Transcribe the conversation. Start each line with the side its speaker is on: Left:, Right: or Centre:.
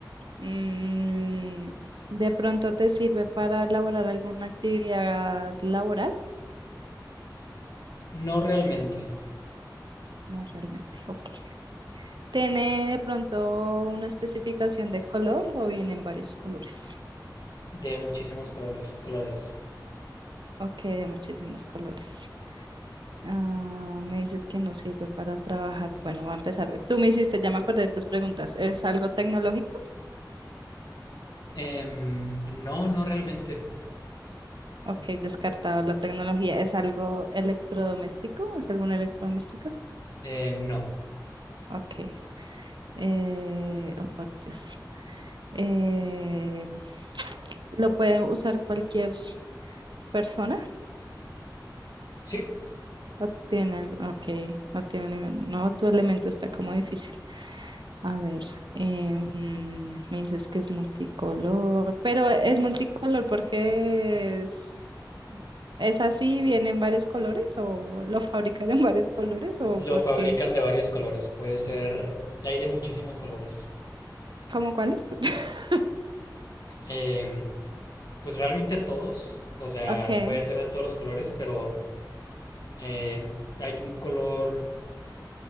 Right: Mm, ¿de pronto te sirve para elaborar alguna actividad laboral?
Left: no realmente.
Right: No realmente. Ok. ¿Tiene de pronto una especificación de color o vienen varios colores?
Left: De muchísimos colores. colores.
Right: Ok, de muchísimos colores. Ah, me dices que no sirve para trabajar. Bueno, va a empezar. Tú me hiciste, ya me acordé de tus preguntas. ¿Es algo tecnológico?
Left: Em, no, no realmente.
Right: Ok, descartado la tecnología. ¿Es algo electrodoméstico? ¿Es algún electrodoméstico?
Left: Eh, no.
Right: Ok. Eh, oh, por Dios. Eh, ¿lo puede usar cualquier persona?
Left: Sí,
Right: ¿O tiene algo? ah, Ok, no tiene ningún- No, tu elemento está como difícil. A ver, eh, mm, me dices que es multicolor, pero es multicolor porque es, es así, viene en varios colores o lo <laughs> fabrican en varios colores o
Left: lo
Right: porque,
Left: fabrican de varios colores. Puede ser. Hay de muchísimos colores.
Right: ¿cómo cuáles? <laughs>
Left: Eh, pues realmente todos. O sea,
Right: Ok, que
Left: puede ser de todos los colores, pero eh, hay un color.